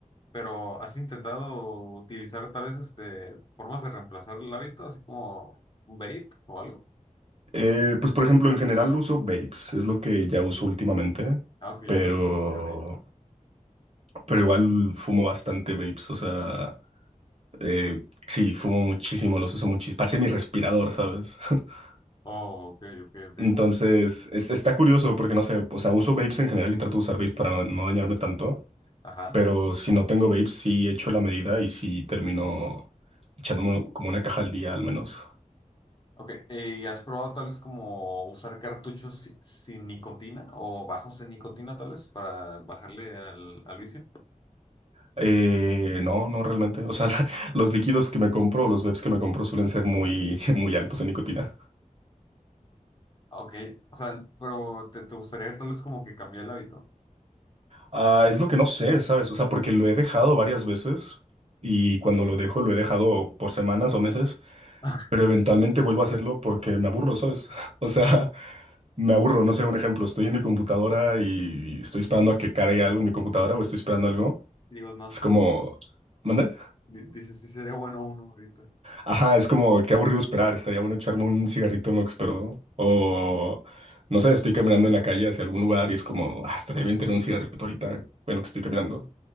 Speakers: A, on the left; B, on the right.
A: Pero ¿has intentado utilizar tal vez este, formas de reemplazar el hábito, así como un vape o algo?
B: Eh, pues, por ejemplo, en general uso vapes, es lo que ya uso últimamente,
A: Aunque
B: pero,
A: ya no es un cigarrillo.
B: pero igual fumo bastante vapes. O sea, eh, sí, fumo muchísimo, los uso muchísimo. Parece mi respirador, ¿sabes? <laughs>
A: Oh, ok, ok, ok.
B: Entonces, es- está curioso porque no sé, o sea, uso vapes en general y trato de usar vapes para no, no dañarme tanto.
A: Ajá.
B: Pero si no tengo babes, sí echo la medida y sí termino echándome como una caja al día al menos.
A: Ok, eh, ¿y has probado tal vez como usar cartuchos si- sin nicotina o bajos en nicotina tal vez para bajarle al, al vicio?
B: Eh, no, no realmente. O sea, <laughs> la- los líquidos que me compro, los vapes que me compro suelen ser muy, <laughs> muy altos en nicotina.
A: Ah, Ok, o sea, pero te, te gustaría tal vez como que cambiar el hábito.
B: Ah, es lo que no sé, ¿sabes? O sea, porque lo he dejado varias veces y cuando lo dejo, lo he dejado por semanas o meses,
A: <laughs>
B: pero eventualmente vuelvo a hacerlo porque me aburro, ¿sabes? <laughs> O sea, me aburro, no sé, un ejemplo, estoy en mi computadora y estoy esperando a que cargue algo en mi computadora o estoy esperando algo.
A: Digo, no,
B: Es
A: sí,
B: como... ¿Manda?
A: di- dices, sí sería bueno uno ahorita.
B: Ajá, es como, qué aburrido esperar. Estaría bueno echarme un cigarrito en lo que espero, ¿no? O, no sé, estoy caminando en la calle hacia algún lugar y es como, ah, estaría bien tener un cigarrito ahorita, bueno, que estoy caminando.